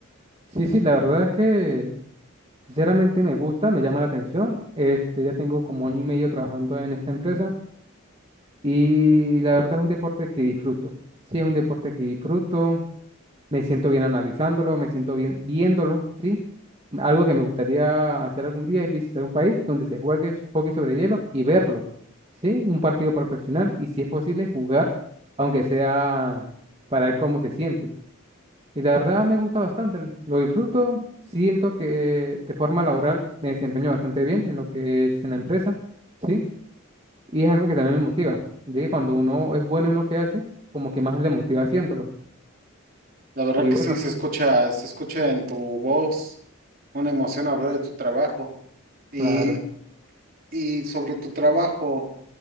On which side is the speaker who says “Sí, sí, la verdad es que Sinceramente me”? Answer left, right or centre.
Right